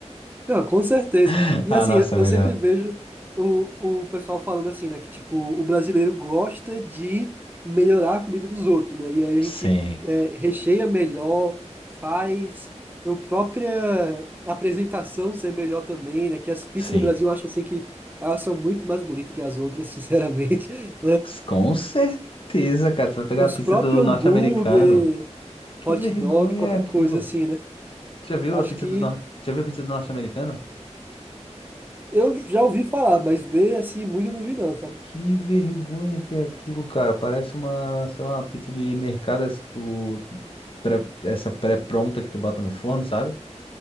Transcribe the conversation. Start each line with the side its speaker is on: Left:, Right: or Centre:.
Right: Não, com certeza.
Left: <laughs>
Right: E,
Left: A
Right: assim,
Left: nossa
Right: eu
Left: é
Right: eu
Left: melhor.
Right: sempre vejo o, o pessoal falando assim, né? Que, tipo, o brasileiro gosta de melhorar a comida dos outros, né? E aí a
Left: Sim,
Right: gente é, recheia melhor, faz a própria apresentação ser melhor também, né? Que as pizzas
Left: sim.
Right: do Brasil, eu acho, assim, que elas são muito mais bonitas que as outras, sinceramente. <laughs>
Left: Com certeza, cara. Tu vai pegar
Right: os
Left: a pizza
Right: próprios
Left: do norte-americano.
Right: hambúrguer,
Left: Que
Right: hot
Left: vergonha
Right: dog, qualquer
Left: é aquilo?
Right: coisa assim, né?
Left: Tu já viu
Right: Eu acho
Left: a pizza
Right: que
Left: do norte... Já viu a pizza do norte-americano?
Right: eu já ouvi falar, mas ver assim muito eu não vi não, sabe?
Left: Que vergonha que é aquilo, cara. Parece uma, sei lá, uma pizza de mercado essa que tu pré- essa pré-pronta que tu bota no forno, sabe?